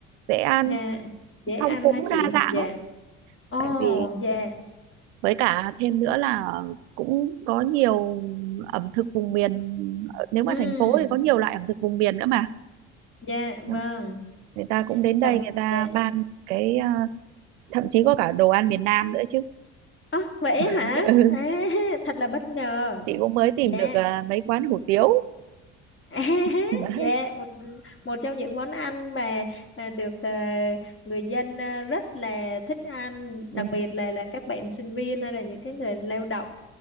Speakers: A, on the right; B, on the left.
A: dễ ăn
B: Dạ. Dễ ăn
A: phong phú
B: hả chị?
A: đa dạng
B: Dạ.
A: lắm
B: Ồ,
A: tại vì
B: dạ.
A: với cả thêm nữa là cũng có nhiều ẩm thực vùng miền nếu mà
B: Ừ,
A: thành phố thì có nhiều loại ẩm thực vùng miền nữa mà
B: dạ, vâng.
A: Đó. người ta cũng đến
B: Chồng,
A: đây người ta
B: dạ.
A: mang cái à, thậm chí có cả đồ ăn miền Nam nữa chứ
B: À, vậy
A: <laughs>
B: hả?
A: ừ.
B: À, <laughs> thật là bất ngờ.
A: chị cũng mới tìm
B: Dạ,
A: được à, mấy quán hủ tiếu
B: <laughs>
A: <laughs> đấy
B: Dạ, một một trong những món ăn mà à, được à, người dân à, rất là thích ăn, đặc
A: ừ.
B: biệt là là các bạn sinh viên hay là những cái người lao động